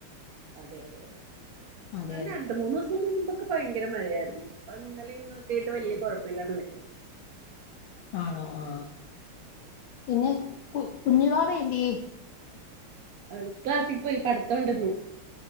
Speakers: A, on the right; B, on the left.
A: അതെ അതെ അതെ പക്ഷെ
B: അതെ അതെ
A: രണ്ട് മൂന്ന് ദിവസം മുമ്പ് ക്ക് ഭയങ്കര മഴയായിരുന്നു ഇപ്പം ഇന്നലെ ഇന്നൊക്കെയിട്ട് വലിയ കൊഴപ്പല്ല്യാണ്ട് നിൽക്കു.
B: ആണോ ആ പിന്നെ കു കുഞ്ഞുവാവ എന്തേയെ
A: അവള് ക്ലാസ്സിൽ പോയി പഠത്തോണ്ടന്ന്.